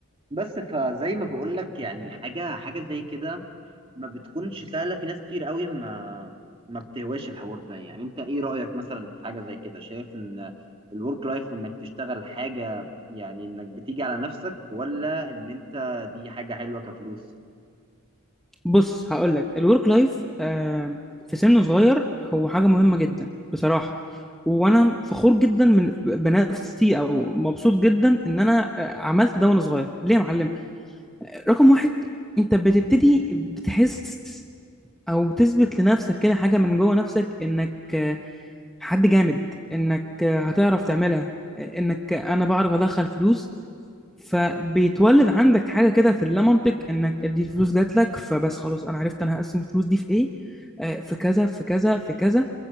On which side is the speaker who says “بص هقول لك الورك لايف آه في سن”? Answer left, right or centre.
Centre